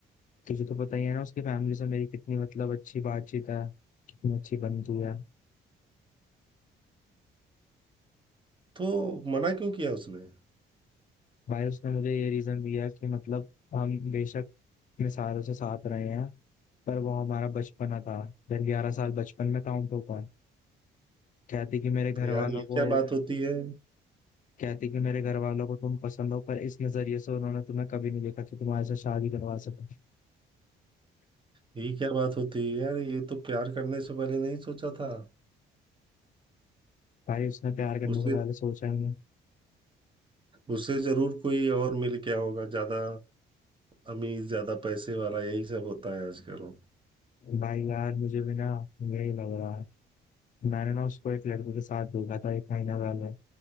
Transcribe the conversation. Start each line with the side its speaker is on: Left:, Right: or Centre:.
Left: तुझे तो पता ही है ना उसकी फैमिली से मेरी कितनी मतलब अच्छी बातचीत है कितनी अच्छी बनती है
Right: तो मना क्यों किया उसने
Left: भाई उसने मुझे ये रीजन दिया कि मतलब हम बेशक अपने सारों से साथ रहे हैं पर वो हमारा बचपना था फिर ग्यारह साल बचपन में काउंट होता है कहती कि मेरे घर
Right: यार
Left: वालों
Right: ये
Left: को
Right: क्या बात होती है
Left: कहती कि मेरे घर वालों को तुम पसंद हो पर इस नजरिए से उन्होंने तुम्हें कभी नहीं देखा कि तुम्हारे से शादी करवा सके
Right: ये क्या बात होती है यार ये तो प्यार करने से पहले नहीं सोचा था
Left: भाई उसने प्यार करने
Right: उसे
Left: से पहले सोचा ही नहीं
Right: उसे जरूर कोई और मिल गया होगा ज्यादा अमीर ज्यादा पैसे वाला यही सब होता है आजकल
Left: भाई यार मुझे भी ना यही लग रहा है मैंने ना उसको एक लड़के के साथ देखा था एक महीना पहले